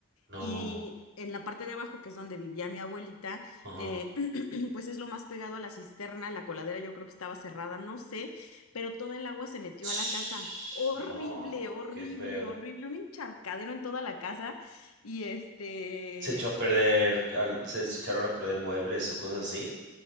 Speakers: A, on the right; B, on the left.
A: No,
B: y en la parte de abajo, que es donde vivía mi abuelita,
A: ajá.
B: eh, pues es lo más pegado a la cisterna, la coladera yo creo que estaba cerrada, no sé, pero toda el agua se metió
A: Ts-
B: a la casa. Horrible,
A: No,
B: horrible,
A: qué feo.
B: horrible, un encharcadero en toda la casa. Y este,
A: se echó a perder, al- se echaron a perder muebles o cosas así.